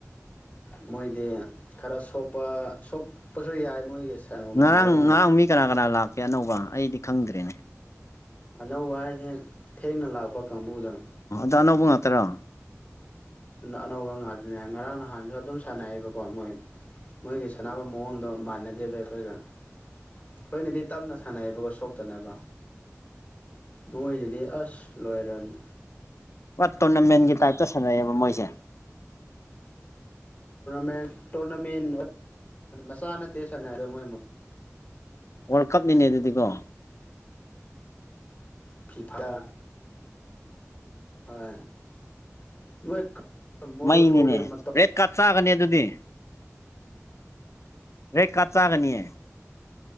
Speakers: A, on the left; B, on the left.
A: ꯃꯣꯏꯗꯤ ꯈꯔ ꯁꯣꯛꯄ ꯁꯣꯛꯄꯁꯨ ꯌꯥꯏ ꯃꯣꯏꯒꯤ
B: ꯉꯔꯥꯡ
A: ꯃꯑꯣꯡꯗꯣ
B: ꯉꯔꯥꯡ ꯃꯤ ꯀꯅꯥ ꯀꯅꯥ ꯂꯥꯛꯀꯦ ꯑꯅꯧꯕ ꯑꯩꯗꯤ ꯈꯪꯗ꯭ꯔꯦꯅꯦ
A: ꯑꯅꯧꯕ ꯍꯥꯏꯁ ꯊꯦꯡꯅ ꯂꯥꯛꯄ ꯀꯥꯡꯕꯨꯗꯅ
B: ꯍꯗꯥ ꯑꯅꯧꯕ ꯉꯥꯛꯇꯔꯥ
A: ꯑꯅꯧꯕ ꯉꯥꯛꯇꯅꯦ ꯉꯔꯥꯡ ꯅꯍꯥꯟꯁꯨ ꯑꯗꯨꯝ ꯁꯥꯟꯅꯩꯌꯦꯕꯀꯣ ꯃꯣꯏ ꯃꯣꯏꯒꯤ ꯁꯥꯟꯅꯕ ꯃꯑꯣꯡꯗꯣ ꯃꯥꯟꯅꯗꯦꯕ ꯑꯩꯈꯣꯏꯒ ꯑꯩꯈꯣꯏꯅꯗꯤ ꯇꯞꯅ ꯁꯥꯟꯅꯩꯕꯀꯣ ꯁꯣꯛꯇꯅꯕ ꯃꯣꯏꯗꯗꯤ ꯑꯁ ꯂꯣꯏꯔꯕꯅꯤ
B: ꯍꯣꯏ ꯇꯣꯔꯅꯥꯃꯦꯟꯒꯤ ꯇꯥꯏꯞꯇ ꯁꯥꯟꯅꯩꯑꯌꯦꯕ ꯃꯣꯏꯁꯦ
A: ꯃꯦꯟ ꯇꯣꯔꯅꯥꯃꯦꯟ ꯃꯆꯥ ꯅꯠꯇꯦ ꯁꯥꯟꯅꯔꯗ ꯃꯣꯏꯛ
B: ꯋꯥꯔꯜ ꯀꯞꯅꯤꯅꯦ ꯑꯗꯨꯗꯤꯀꯣ
A: ꯐꯤꯐꯥ ꯑ ꯃꯣꯏ ꯃꯣꯔꯣ
B: ꯃꯩꯅꯤꯅꯦ
A: ꯀꯦ ꯃ
B: ꯔꯦꯠ ꯀꯥꯔꯗ ꯆꯥꯒꯅꯤ ꯑꯗꯨꯗꯤ ꯔ ꯀꯥꯇꯥꯒꯅꯤꯌꯦ